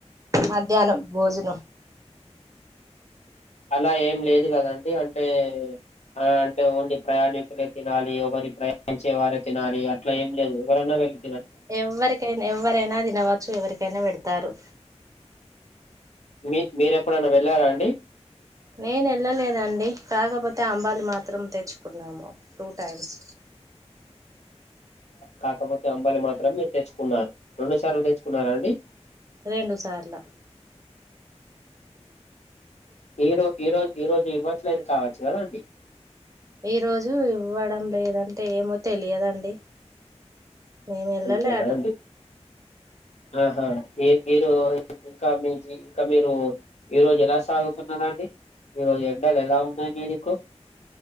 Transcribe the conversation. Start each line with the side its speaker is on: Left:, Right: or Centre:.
Right: మధ్యాహ్నం భోజనం
Left: ఇలా ఏం లేదు కదండి అంటే ఆ అంటే ఓన్లీ ప్రయాణికులే తినాలి ఒకరి ప్రయాణించే వారే తినాలి అట్లా ఏం లేదు ఎవరైనా వెల్లి
Right: ఎవరికైనా ఎవ్వరైనా తినవచ్చు ఎవరికైనా పెడతారు
Left: మీ మీరెప్పుడైనా వెళ్ళారా అండి
Right: నేను ఎళ్ళలేదండి కాకపోతే అంబాలి మాత్రం తెచ్చుకున్నాము టూ టైమ్స్
Left: కాకపోతే అంబలి మాత్రం తెచ్చుకున్నారు రెండు సార్లు తెచ్చుకున్నారా అండి
Right: రెండు సార్ల
Left: ఈరో ఈరోజు ఈరోజు ఇవ్వట్లేదు కావచ్చు కదా అండి
Right: ఈ రోజు ఇవ్వడం లేదంటే ఏమో తెలియదండి మేము వెళ్ళలే
Left: అంతేనా
Right: అటు
Left: అండి ఆహా ఏ తీరు ఇంకా మీ ఇంకా మీరు ఈ రోజు ఎలా సాగుతున్నారండి ఈ రోజు ఎండలు ఎలా ఉన్నాయి మీ దిక్కు